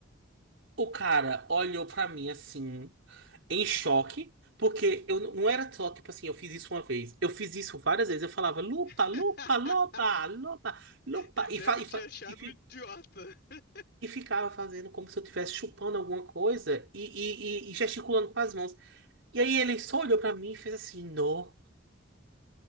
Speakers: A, on the right (about 70°); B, on the left (about 55°).
A: O cara olhou pra mim assim. em choque, porque eu n- não era só, tipo assim, eu fiz isso uma vez. Eu fiz isso várias vezes. Eu falava lupa,
B: <laughs>
A: lupa, loba, loba, lupa,
B: Ele
A: e,
B: deve
A: fa- e,
B: te
A: fa-
B: achar
A: e, fi-
B: um idiota. <laughs>
A: e ficava fazendo como se eu estivesse chupando alguma coisa e, e, e- e gesticulando com as mãos. E aí ele só olhou pra mim e fez assim, não,